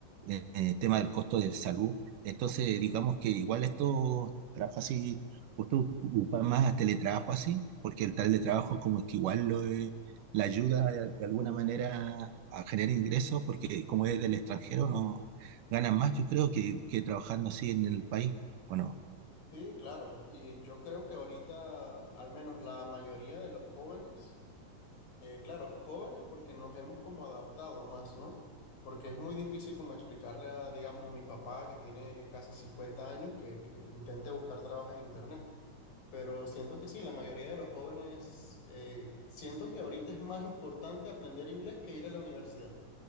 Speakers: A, on the right (about 70°); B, on the left (about 75°).
A: eh, eh, tema del costo de salud. Entonces, digamos que igual estos trabajos así, usted ocupa más a teletrabajo así, porque el teletrabajo como que igual lo, eh, la ayuda de, de alguna manera a generar ingresos, porque como es del extranjero, no ganan más, yo creo, que, que trabajando así en el país, ¿o no?
B: Sí, claro. Y yo creo que ahorita, al menos la mayoría de los jóvenes Eh, claro, jóvenes porque nos hemos como adaptado más, ¿no? Porque es muy difícil como explicarle a, digamos, a mi papá que tiene casi 50 años que, que intente buscar trabajo en internet. Pero siento que sí, la mayoría de los jóvenes, eh, siento que ahorita es más importante aprender inglés que ir a la universidad,